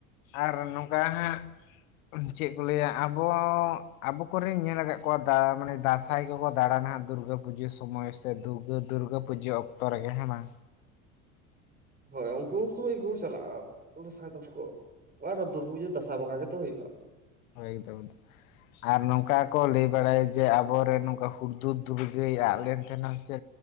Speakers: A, on the left; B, on the right.
A: ᱟᱨ ᱱᱚᱝᱠᱟ ᱱᱟᱸᱜ ᱪᱮᱫ ᱠᱚ ᱞᱟᱹᱭᱟ ᱟᱵᱚ ᱟᱵᱚ ᱠᱚᱨᱮᱧ ᱧᱮᱞ ᱟᱠᱟᱫ ᱠᱚᱣᱟ ᱢᱟᱱᱮ ᱫᱟᱥ ᱡᱚᱛᱷᱚ ᱠᱚᱠᱚ ᱫᱟᱬᱟᱱᱟ ᱦᱟᱸᱜ ᱫᱩᱨᱜᱟᱹ ᱯᱩᱡᱟᱹ ᱥᱚᱢᱚᱭ ᱥᱮ ᱫᱩᱨᱜᱟᱹ ᱫᱩᱨᱜᱟᱹ ᱯᱩᱡᱟᱹ ᱚᱠᱛᱚ ᱨᱮᱜᱮ ᱦᱮᱸ ᱵᱟᱝ
B: ᱦᱳᱭ ᱩᱱᱠᱩ ᱩᱱ ᱥᱩᱢᱟᱹᱭ ᱠᱚ ᱪᱟᱞᱟᱜᱼᱟ ᱫᱟᱸᱥᱟᱭ ᱛᱟᱠᱚ ᱫᱩᱨᱜᱟᱹ ᱯᱩᱡᱟᱹ ᱫᱚ ᱫᱟᱸᱥᱟᱭ ᱵᱚᱸᱜᱟ ᱜᱮᱛᱚ ᱦᱩᱭᱩᱜᱼᱟ <unintelligible>
A: ᱦᱛ ᱫᱚ ᱾ ᱟᱨ ᱱᱚᱝᱠᱟ ᱠᱚ ᱞᱟᱹᱭ ᱵᱟᱲᱟᱭᱟ ᱡᱮ ᱟᱵᱚᱨᱮᱱ ᱱᱚᱝᱠᱟ ᱦᱩᱲᱼᱫᱩᱩᱨ ᱫᱩᱨᱜᱟᱹᱭ ᱞᱮᱴ ᱟᱱᱟᱢ ᱥᱮ